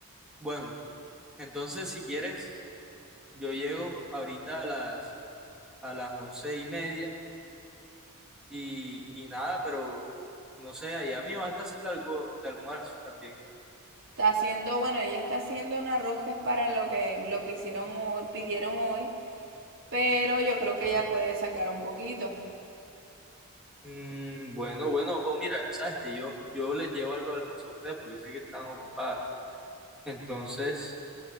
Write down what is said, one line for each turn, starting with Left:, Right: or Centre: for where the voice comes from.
Centre: Bueno, entonces si quieres... Yo llego ahorita a las, a las once y media y, y nada, pero no sé, allá mi mamá está haciendo algo de almuerzo también.
Right: Está haciendo, bueno, ella está haciendo un arroz que es para lo que, lo que hicieron hoy, pidieron hoy. Pero yo creo que ella puede sacar un poquito.
Centre: Mm, bueno, bueno, o mira, sabes que yo, yo les llevo algo de almuerzo a ustedes porque yo sé que están ocupadas. Entonces,